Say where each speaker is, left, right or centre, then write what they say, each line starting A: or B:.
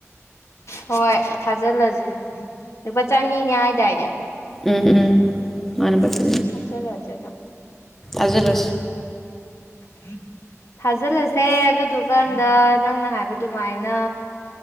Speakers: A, on the left; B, in the centre.
A: ꯍꯣꯏ ꯊꯥꯖꯤꯜꯂꯁꯦ ꯂꯨꯄꯥ ꯆꯅꯤꯅꯦ ꯍꯥꯏꯗꯥꯏꯅꯦ
B: ꯎꯝ ꯎꯝ ꯃꯥꯅꯄꯠꯇ
A: ꯊꯥꯖꯤꯜꯂꯁꯦ
B: ꯑꯖꯤ ꯂꯁꯤ
A: ꯍꯝ ꯊꯥꯖꯤꯜꯂꯁꯦ ꯑꯗꯨꯗꯨꯀꯥꯟꯗ ꯅꯪꯅ ꯍꯥꯏꯕ ꯑꯗꯨꯃꯥꯏꯅ